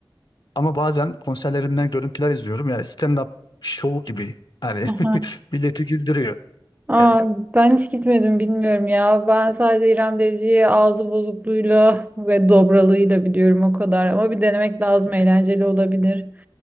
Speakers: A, on the left; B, on the right.
A: Ama bazen konserlerinden görüntüler izliyorum. Yani stand-up show gibi. Hani
B: Hı hı.
A: <laughs> milleti güldürüyor.
B: Aa,
A: Evet.
B: ben hiç gitmedim bilmiyorum ya. Ben sadece İrem Derici'yi ağzı bozukluğuyla ve dobralığıyla biliyorum o kadar. Ama bir denemek lazım eğlenceli olabilir.